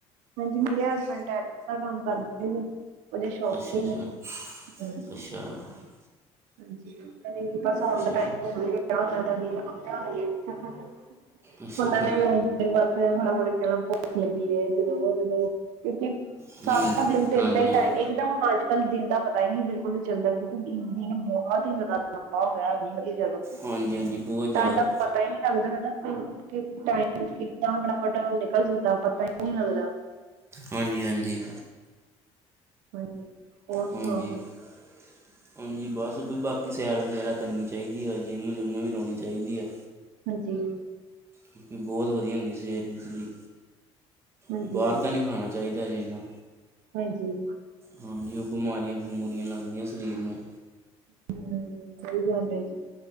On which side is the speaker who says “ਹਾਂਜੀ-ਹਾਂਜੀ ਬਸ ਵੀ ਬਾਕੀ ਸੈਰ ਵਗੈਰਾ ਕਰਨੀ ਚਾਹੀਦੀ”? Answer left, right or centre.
Right